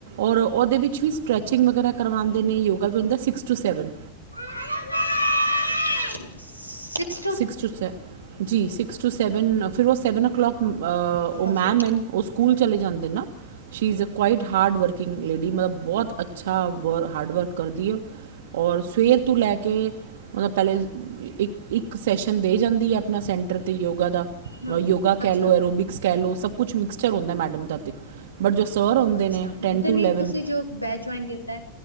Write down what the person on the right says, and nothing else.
ਔਰ ਉਹਦੇ ਵਿੱਚ ਵੀ ਸਟਰ੍ਰੈਚਿੰਗ ਵਗੈਰਾ ਕਰਵਾਂਦੇ ਨੇ ਯੋਗਾ ਵੀ ਹੁੰਦਾ six to seven.
Six to seven ਜੀ, ਸਿਕਸ ਟੂ ਸੈਵਨ ਫਿਰ ਉਹ ਸੈਵਨ ਓ ਕਲੋਕ ਓ
ਮੈਮ
ਐ ਉਹ ਸਕੂਲ ਚਲੇ ਜਾਂਦੇ ਨਾ। She is quite hard work working lady ਮਤਲਬ ਬਹੁਤ ਅੱਛਾ ਵਰ ਹਾਰਡ ਵਰਕ ਕਰਦੀ ਐ ਓ। ਔਰ ਸਵੇਰ ਤੋਂ ਲੈ ਕੇ ਮਤਲਬ ਪਹਿਲੇ ਇੱਕ ਇੱਕ ਸੈਸ਼ਨ ਦੇ ਜਾਂਦੀ ਐ ਆਪਣਾ ਸੈਂਟਰ 'ਤੇ ਯੋਗਾ ਦਾ।
ਯੋਗਾ ਕਹਿ
ਲਓ, ਔਰ ਓ ਵੀ ਕਹਿਲੋ ਸਭ ਕੁਛ ਮਿਕਸਚਰ ਹੁੰਦਾ ਮੈਡਮ ਦਾ ਤੇ, ਬਟ ਜੋ ਸਰ ਹੁੰਦੇ
ਨੇ ਟੈਨ
ਟੂ
ਇਲੈਵਨ